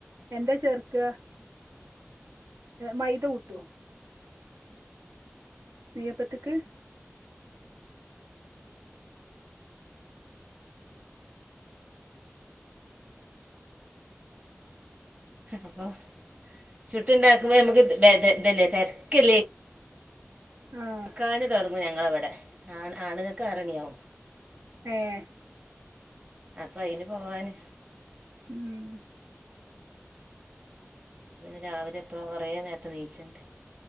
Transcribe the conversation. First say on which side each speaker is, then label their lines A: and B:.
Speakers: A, on the right; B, on the right.
A: എന്താ ചേർക്ക? മൈതഊട്ടുവോ? നെയ്യപ്പ്ത്ത്ക്ക്
B: അള്ളാ ചുട്ട്ണ്ടാക്കുമ്പോ ഞമ്മുക്ക് ത്, ബേ, ത്, ഇതഅല്ലെ തെരക്കല്ലേ.
A: ആഹ്
B: <unintelligible> തൊടങ്ങും ഞങ്ങളവടെ ആണ് ആണുങ്ങക്ക് ആറ്ണിയാകും
A: ഏഹ്
B: അപ്പൊ അയിന് പോവാന്
A: ഉം
B: പിന്നെ രാവിലെ എപ്പഴ കൊറെ നേരത്തെ എഴുന്നേറ്റേച്ചുണ്ട്